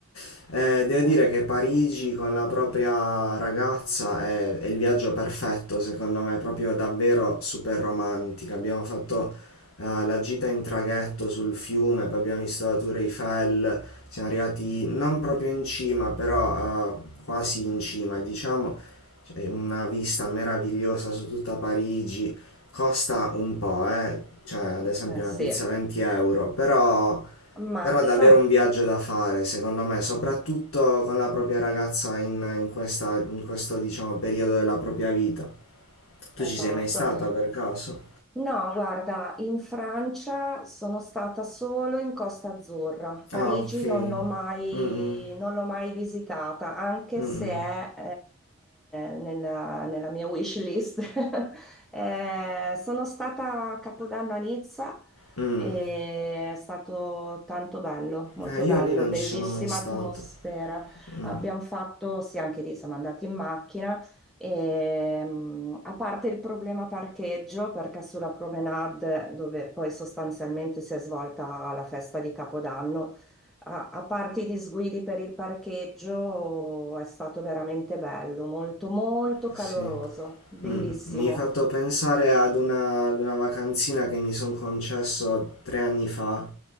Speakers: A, on the left; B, in the centre.
A: <laughs> Eh, devo dire
B: Eh,
A: che Parigi con la propria ragazza è, è il viaggio perfetto, secondo me, proprio davvero super romantica. Abbiamo fatto eh, la gita in traghetto sul fiume, poi abbiamo visto la Tour Eiffel. Siamo arrivati non proprio in cima, però eh, quasi in cima, diciamo. C'è una vista meravigliosa su tutta Parigi. Costa un po', eh. Cioè, ad esempio
B: eh
A: una
B: sì,
A: pizza 20 euro, però,
B: Ammazza.
A: però davvero un viaggio da fare, secondo me, soprattutto con la propria ragazza in, in questa- in questo, diciamo, periodo della propria vita. Tu ci
B: Esatto.
A: sei mai stata per caso?
B: No, guarda, in Francia sono stata solo in Costa Azzurra. Parigi
A: Ah, ok.
B: non l'ho mai,
A: Mm-mm.
B: non l'ho mai visitata, anche
A: Mm-mm.
B: se è eh, nella, nella mia wish list. <laughs> Eh, sono stata a Capodanno a Nizza
A: Mm. mm.
B: e
A: Mm.
B: è stato tanto bello, molto
A: Eh, io
B: bello,
A: lì non
B: bellissima
A: ci sono mai stato.
B: atmosfera.
A: Mm,
B: Abbiamo fatto, sì, anche lì siamo andati in macchina. Ehm, a parte il problema parcheggio, perché sulla promenade, dove poi sostanzialmente si è svolta la festa di Capodanno, a, a parte i disguidi per il parcheggio, è stato veramente bello, molto, molto
A: sì.
B: caloroso, bellissimo.
A: Mm, Mi hai fatto pensare ad una, ad una vacanzina che mi sono concesso tre anni fa